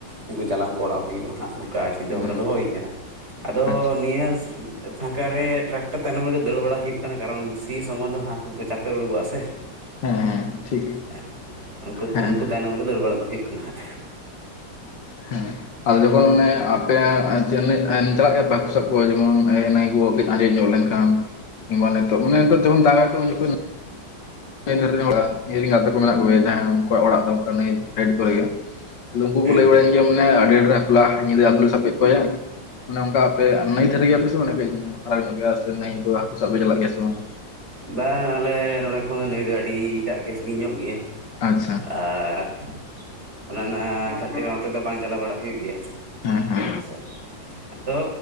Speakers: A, on the right (about 35°); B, on the left (about 65°).
A: ᱩᱱᱠᱩ ᱡᱟᱞᱟᱢ ᱠᱚ ᱟᱰᱟᱣ ᱦᱩᱭᱩᱜᱼᱟ ᱦᱟᱸᱜ᱾ ᱚᱱᱠᱟ ᱪᱤᱱᱛᱟᱹ
B: ᱦᱮᱸ
A: ᱵᱷᱟᱵᱱᱟ ᱫᱚᱦᱚ ᱦᱩᱭ ᱠᱟᱱᱟ ᱟᱫᱚ
B: ᱟᱪᱪᱷᱟ
A: ᱱᱤᱭᱟᱹ ᱯᱷᱟᱸᱠᱟ ᱨᱮ ᱴᱨᱟᱠᱴᱟᱨ ᱛᱟᱭᱱᱚᱢ ᱨᱮᱜᱮ ᱫᱟᱹᱲ ᱵᱟᱲᱟ ᱦᱩᱭᱩᱜ ᱠᱟᱱᱟ ᱠᱟᱨᱚᱱ ᱥᱤ ᱥᱚᱢᱚᱭ ᱫᱚ ᱦᱟᱹᱠᱩ ᱠᱚ ᱪᱟᱯᱮ ᱩᱰᱩᱠᱚᱜᱼᱟ ᱥᱮ᱾
B: ᱦᱮᱸ ᱦᱮᱸ ᱴᱷᱤᱠ
A: ᱮᱸ ᱩᱱᱠᱩ
B: ᱦᱮᱸ
A: ᱩᱱᱠᱩ ᱛᱟᱭᱱᱚᱢ ᱨᱮᱜᱮ ᱫᱟᱹᱲ ᱵᱟᱲᱟ ᱫᱚ ᱦᱩᱭᱩᱜ ᱠᱟᱱᱟ ᱦᱟᱸᱜ᱾
B: ᱦᱮᱸ ᱾ ᱟᱫᱚ ᱡᱚᱠᱷᱚᱱ ᱚᱱᱮ ᱟᱯᱮ <unintelligible> ᱪᱟᱞᱟᱜ ᱜᱮᱭᱟ ᱯᱮ ᱦᱟᱹᱠᱩ ᱥᱟᱵ ᱠᱚ ᱡᱮᱢᱚᱱ ᱱᱟᱭ ᱠᱚ ᱟᱸᱡᱮᱫ ᱧᱚᱜ ᱞᱮᱱᱠᱷᱟᱱ ᱠᱷᱟᱱ? ᱠᱤᱝᱵᱟ ᱱᱤᱛᱚᱜ ᱢᱟᱱᱮ ᱱᱤᱛᱚᱜ ᱫᱟᱜ ᱟᱭ ᱛᱚ ᱩᱱ ᱡᱚᱠᱷᱮᱡ? ᱱᱟᱹᱭ ᱫᱷᱟᱨᱮ ᱨᱮᱱ ᱦᱚᱲᱟᱜ ᱤᱧ ᱨᱮᱱ ᱜᱟᱛᱮ ᱠᱚ ᱢᱮᱱᱟᱜ ᱠᱚᱜᱮᱭᱟ ᱡᱟᱦᱟᱸᱭ ᱩᱱᱠᱩᱣᱟᱜ ᱚᱲᱟᱜ ᱫᱚ ᱚᱱᱠᱟ ᱱᱟᱹᱭ ᱥᱟᱭᱤᱰ ᱠᱚᱨᱮᱜᱮ ᱾ ᱱᱩᱠᱩ
A: ᱦᱮᱸ
B: ᱠᱚ ᱞᱟᱹᱭ ᱵᱟᱲᱟᱭᱟᱹᱧ ᱜᱮᱭᱟ ᱢᱟᱱᱮ ᱟᱹᱰᱤ ᱰᱷᱨᱮ ᱵᱟᱯᱞᱟ ᱧᱤᱫᱟᱹ ᱦᱟᱹᱠᱩ ᱞᱮ ᱥᱟᱵ ᱠᱮᱫ ᱠᱚᱣᱟᱭᱟ ᱾ ᱢᱟᱱᱮ ᱚᱱᱠᱟ ᱟᱯᱮ ᱱᱟᱹᱭ ᱫᱷᱟᱹᱨᱮ ᱜᱮᱭᱟ ᱯᱮ? ᱥᱮ ᱯᱮ ᱯᱷᱟᱨᱟᱠ ᱧᱚᱜ ᱜᱮᱭᱟ ᱥᱮ ᱱᱟᱹᱭ ᱠᱚ ᱦᱟᱹᱠᱩ ᱥᱟᱵ ᱯᱮ ᱪᱟᱞᱟᱜ ᱜᱮᱭᱟ ᱥᱮ ᱵᱟᱝ?
A: ᱵᱟᱝ ᱟᱞᱮ ᱱᱚᱸᱰᱮ ᱠᱷᱚᱱ ᱱᱟᱹᱭ ᱴᱟᱜ ᱫᱚ ᱟᱹᱰᱤ ᱴᱟᱜ ᱜᱮ ᱥᱟᱺᱜᱤᱧ ᱧᱚᱜ ᱜᱮᱭᱟ
B: ᱟᱪᱪᱷᱟ
A: ᱾ ᱟᱨ ᱚᱱᱮ ᱚᱱᱟ ᱠᱷᱟᱹᱛᱤᱨ ᱚᱱᱛᱮ ᱫᱚ ᱵᱟᱝ ᱪᱟᱞᱟᱣ ᱵᱟᱲᱟ ᱦᱩᱭᱩᱜ ᱜᱮᱭᱟ ᱾
B: ᱦᱮᱸ ᱦᱮᱸ
A: ᱦᱮᱸᱥᱮ <unintelligible> ᱟᱫᱚ